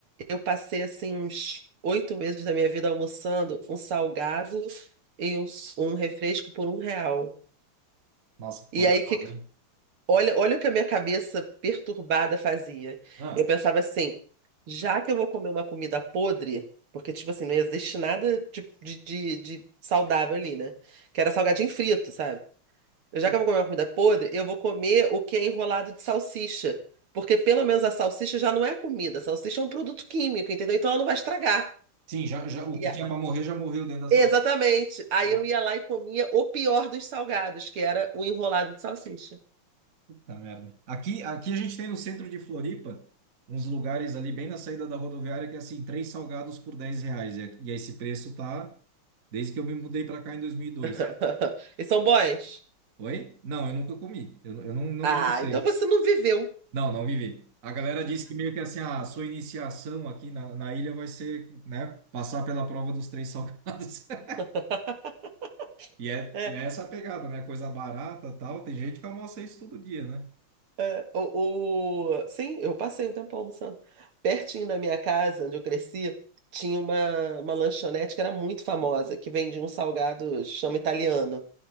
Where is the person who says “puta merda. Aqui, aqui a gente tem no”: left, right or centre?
Right